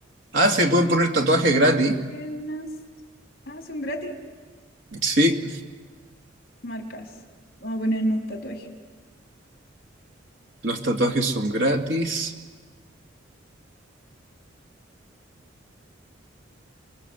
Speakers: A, on the right; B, on the left.
A: Ah, se pueden poner tatuajes gratis.
B: Piernas. Ah, son gratis.
A: Sí,
B: Marcas. Vamos a ponernos tatuajes.
A: los tatuajes son gratis.